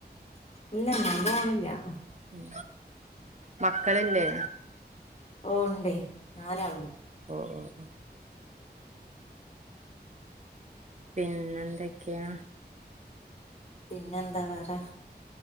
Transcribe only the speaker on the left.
ഇല്ല ഞാൻ പോണില്ലാ
ഓഹ് ഇണ്ടേ നാലാള്ണ്ട്
പിന്നെന്താ വേറെ